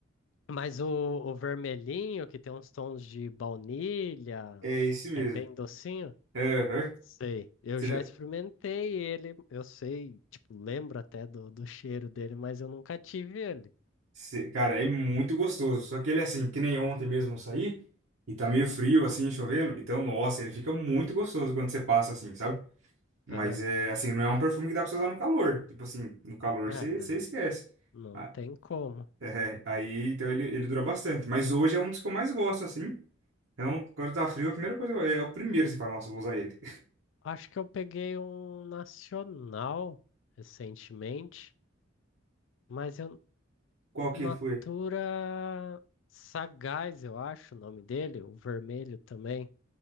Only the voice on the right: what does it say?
É esse mesmo.
Aham.
Você
já-
Cê- Cara, é muito gostoso. Só que ele, assim, que nem ontem mesmo eu saí, e tá meio frio, assim, chovendo. Então, nossa, ele fica muito gostoso quando você passa, assim, sabe? Mas
é, assim, não é um perfume que dá pra você usar no calor. Tipo assim, no calor
você
você esquece.
Ah,
é, aí, então, ele, ele dura bastante. Mas hoje é um dos que eu mais gosto, assim. Então, quando tá frio, a primeira coisa, é, é o primeiro que você fala, nossa, eu vou usar ele.
<laughs> Qual que
foi?